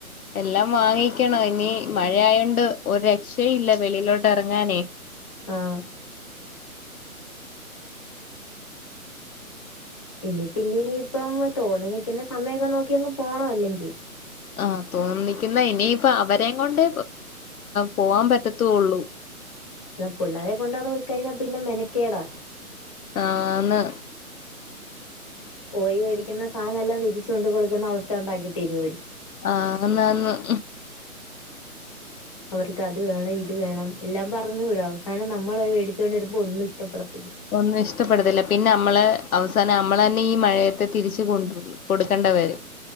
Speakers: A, on the left; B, on the left.
A: എല്ലാം വാങ്ങിക്കണം ഇനി മഴയായൊണ്ട് ഒരു രക്ഷയില്ല വെളിയിലോട്ടെറങ്ങാനേ
B: ആഹ് ഇനി ഇപ്പൊ ഇന്ന്ഇനിയിപ്പം തോന്നി നിക്ക്ന്ന സമയൊക്കെ നോക്കിയങ്ങ് പോണല്ലെങ്കി
A: ആഹ് തോന്നിക്കുന്ന ഇനിയിപ്പ അവരെം കൊണ്ട് പോവാൻ പറ്റത്തുള്ളൂ
B: ന്ന് പിള്ളേരെ കൊണ്ട് അവ്ടെ പോയ്ക്കയ്ഞ്ഞാ പിന്നെ മെനക്കേടാ
A: ആന്ന്
B: പോയ് വേടിക്കുന്ന സാനെല്ലാം തിരിച്ച് കൊണ്ട് കൊടുക്ക്ന്ന അവസ്ഥ ഇണ്ടാക്കി തരും അവര്
A: ആറും നാലിലും
B: അവർക്ക് അത് വേണം ഇത് വേണം എല്ലാം പറഞ്ഞു വിടും അവസാനം നമ്മൾ മേടിച്ചോണ്ട് കൊട്ക്കുമ്പോ ഒന്നും ഇഷ്ടപ്പെടത്തില്ല
A: ഒന്നും ഇഷ്ടപ്പെടത്തില്ല പിന്നെ അമ്മള് അവസാനം അമ്മളെന്നെ ഈ മഴയത്ത് തിരിച്ചു കൊണ്ടു പോയ് കൊടുക്കണ്ട വരും.